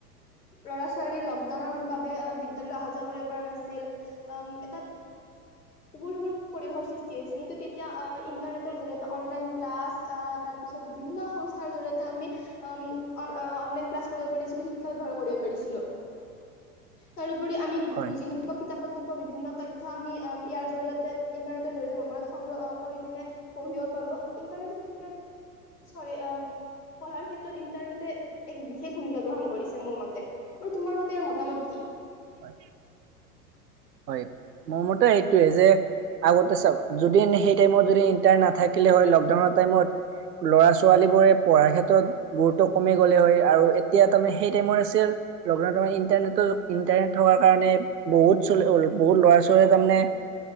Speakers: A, on the left; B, on the right.
A: ল'ৰা ছোৱালী লকডাউনৰ বাবে বিদ্যালয়লৈ অহা যোৱা কৰিব পৰা নাছিল উম এটা উগুল থুগুল পৰিৱেশৰ সৃষ্টি হৈছে। কিন্তু তেতিয়া আহ ইন্টাৰনেটৰ জৰিয়তে অনলাইন ক্লাছ আহ তাৰ পিছত বিভিন্ন সংস্থাৰ জৰি়য়তে আমি উম অ অনলাইন ক্লাছ কৰিব পাৰিছিলো, শিক্ষা বিভাগো কৰিব পাৰিছিলো। তাৰ উপৰি আমি
B: হয়
A: বুজি নোপোৱা কিতাপ- বিভিন্ন তথ্য আমি উম ইয়াৰ জৰিয়তে ইন্টাৰনেটৰ জৰিতে মবাইলত সংগ্ৰহ কৰি পিনে পঢ়িব পাৰো ইন্টাৰনেটৰ ক্ষেত্ৰত চ পঢ়াৰ ক্ষেত্ৰত ইন্টাৰনেটে এক বিশেষ ভূমিকা গ্ৰহণ কৰিছে মোৰ মতে ব তোমাৰ মতে ইয়াৰ মতামত কি
B: হয় হয় মোৰ মতে এইটোৱে যে আগতে চ যদি সেই টাইমত যদি ইন্টাৰ নাথাকিলে হয় লকডাউনৰ টাইমত ল'ৰা ছোৱালী বোৰে পঢ়াৰ ক্ষেত্ৰত গুৰুত্ব কমি গলে হয় আৰু এতিয়া তাৰে সেই টাইমত আছিল লকডাউন ইটাৰনেট ইণ্টাৰনেট থকাৰ কাৰণে বহুত বহুত লৰা ছোৱালীয়ে তাৰমানে